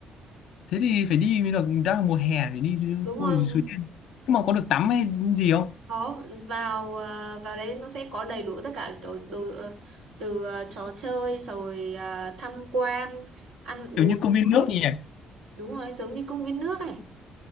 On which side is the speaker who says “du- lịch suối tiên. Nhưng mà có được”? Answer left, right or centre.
Left